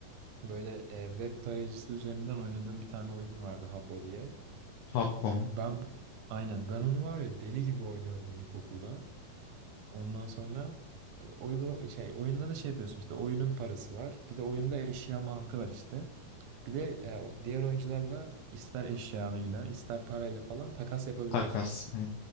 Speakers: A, on the right (about 75°); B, on the left (about 75°).
A: Böyle e, web tarayıcısı üzerinden oynadığım bir tane oyun vardı Habbo diye.
B: Habbo mu?
A: Ben aynen ben onu var ya deli gibi oynuyordum ilkokulda. Ondan sonra uygun şey oyunda da şey yapıyorsun işte oyunun parası var. Bir de oyunda eşya mantığı var işte. Bir de e, o diğer oyuncularla ister eşyanıyla ister parayla falan takas yapabiliyorsun.
B: Takas. Hı.